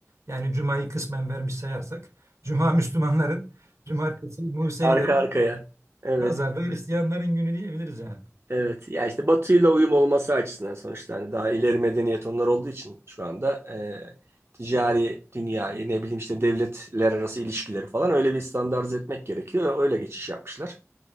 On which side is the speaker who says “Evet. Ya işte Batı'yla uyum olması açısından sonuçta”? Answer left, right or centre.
Right